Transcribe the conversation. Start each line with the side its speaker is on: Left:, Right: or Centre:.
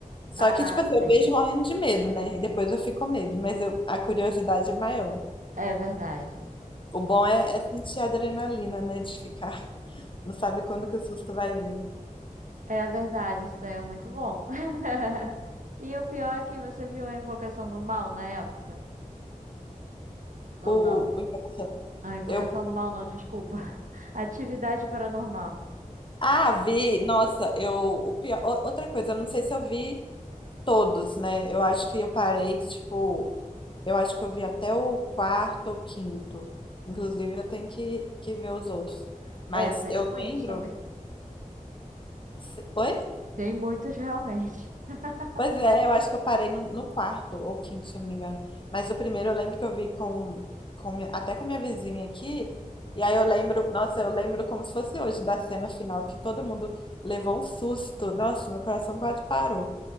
Left: Só
Right: Ah,
Left: que, tipo assim, eu
Right: sim.
Left: vejo morrendo de medo, né? E depois eu fico com medo, mas eu- a curiosidade é maior.
Right: É verdade.
Left: O bom é, é sentir a adrenalina, né? De ficar. Não sabe quando que o susto vai vir.
Right: É verdade, isso daí é muito bom. <laughs> E o pior é que você viu a Invocação do Mal na época? ou
Left: O,
Right: não.
Left: o Invocação-
Right: Ah, invocação
Left: eu,
Right: do mal, não, desculpa. <laughs> Atividade paranormal.
Left: ah, vi, nossa, eu, o pior, o- outra coisa, eu não sei se eu vi todos, né? Eu acho que eu parei, tipo, eu acho que eu vi até o quarto ou quinto. Inclusive, eu tenho que, que ver os outros. Mas
Right: É, tem
Left: eu
Right: muitos
Left: lembro.
Right: também.
Left: se- Oi?
Right: Tem muitos realmente. <laughs>
Left: Pois é, eu acho que eu parei no, no quarto ou quinto, se eu não me engano. Mas o primeiro eu lembro que eu vi com, com mi- até com minha vizinha aqui. E aí eu lembro, nossa, eu lembro como se fosse hoje da cena final, que todo mundo levou um susto. Nossa, meu coração quase parou.